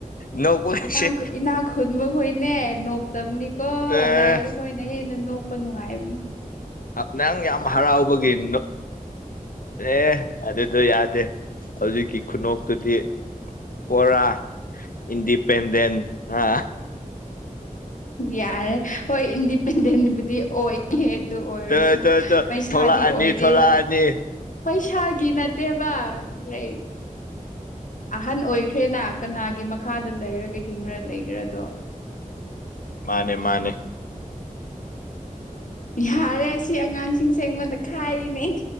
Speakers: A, on the left (about 80°); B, on the left (about 65°).
A: ꯅꯣꯛꯄꯒꯁꯦ
B: ꯏꯅꯥꯒ ꯏꯅꯥꯛ ꯈꯨꯟꯕ ꯈꯣꯏꯅꯦ ꯅꯣꯛꯇꯕꯅꯤꯀꯣ
A: ꯑꯦ
B: ꯂꯥꯏꯕ ꯈꯣꯏꯅ ꯍꯦꯟꯅ ꯅꯣꯛꯄ ꯅꯨꯡꯉꯥꯏꯕꯅꯦ
A: ꯑꯥ ꯅꯪ ꯌꯥꯝ ꯍꯔꯥꯎꯕꯒꯤ ꯅꯣ ꯑꯦ ꯑꯗꯨꯗꯣ ꯌꯥꯗꯦ ꯍꯧꯖꯤꯛꯀꯤ ꯈꯨꯅꯣꯛꯇꯨꯗꯤ ꯄꯣꯔꯥ ꯏꯟꯗꯤꯄꯦꯟꯗꯦꯟ ꯍꯥ
B: ꯌꯥꯔꯦ ꯍꯣꯏ ꯏꯟꯗꯤꯄꯦꯟꯗꯦꯟꯕꯨꯗꯤ ꯑꯣꯏ ꯍꯦ ꯗꯨ ꯑꯣꯏꯔꯁꯨ
A: ꯇ ꯇ ꯇ
B: ꯄꯩꯁꯥꯗꯤ
A: ꯊꯣꯛꯂꯛꯑꯅꯤ
B: ꯑꯣꯏꯗꯦꯕ
A: ꯊꯣꯛꯂꯛꯑꯅꯤ
B: ꯄꯩꯁꯥꯒꯤ ꯅꯠꯇꯦꯕ ꯂꯩꯛ ꯑꯍꯟ ꯑꯣꯏꯈ꯭ꯔꯦꯅꯥ ꯀꯅꯥꯒꯤ ꯃꯈꯥꯗ ꯂꯩꯔꯒ ꯍꯤꯡꯔꯥ ꯂꯩꯒꯔꯗꯣ
A: ꯃꯥꯅꯦ ꯃꯥꯅꯦ
B: ꯌꯥꯔꯦ ꯁꯤ ꯑꯉꯥꯡꯁꯤꯡꯁꯦ ꯑꯩꯉꯣꯟꯗ ꯈꯥꯏꯔꯤꯅꯦ